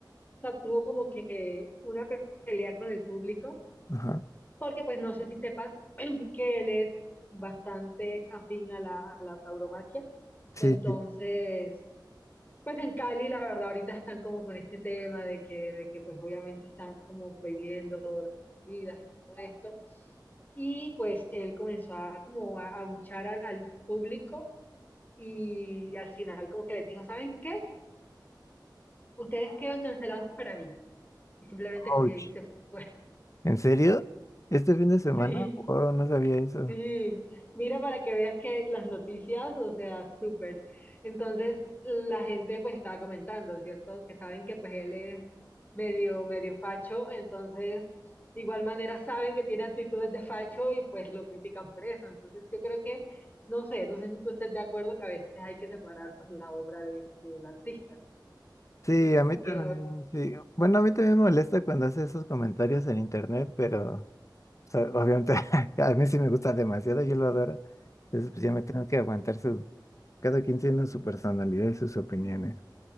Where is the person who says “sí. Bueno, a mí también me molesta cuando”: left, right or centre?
Left